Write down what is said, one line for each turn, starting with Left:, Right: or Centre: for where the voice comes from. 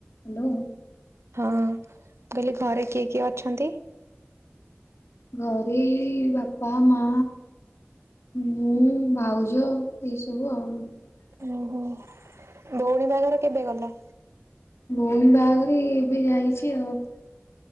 Left: Hello.
Right: ହଁ କହିଲି ଘରେ କିଏ କିଏ ଅଛନ୍ତି?
Left: ଘରେ ଏଇ ବାପା ମା। ମୁଁ ଭାଉଜ ଏଇ ସବୁ ଆଉ।
Right: ଉଁ ହୁଁ ଭଉଣୀ ବାହାଘର କେବେ ଗଲା?
Left: ଭଉଣୀ ବାହାଘର ଏଇ ଏବେ ଯାଇଛି ଆଉ।